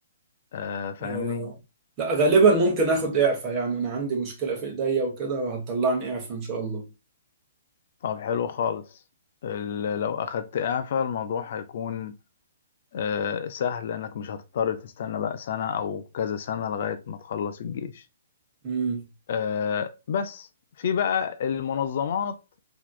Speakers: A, on the left; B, on the right.
A: آه فاهمني
B: آه لا غالبا ممكن اخد اعفاء يعني انا عندي مشكلة في ايديا وكده وهتطلعني اعفاء ان شاء الله
A: طب حلو خالص ال- لو اخدت اعفاء الموضوع هيكون آه، سهل لانك مش هتضطر تستنى بقى سنة او كذا سنة لغاية ما تخلص الجيش
B: امم
A: آه، بس في بقى المنظمات